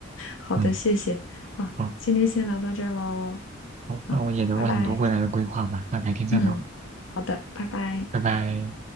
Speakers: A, on the left (about 65°); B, on the right (about 35°).
A: 好的，
B: 嗯，
A: 谢谢啊，
B: 好，
A: 今天先聊到这儿喽，
B: 好，
A: 啊，
B: 那我也聊了很多未来的规划吧，
A: 拜拜。
B: 那改天再聊，
A: 嗯，好的，拜拜。
B: 拜拜。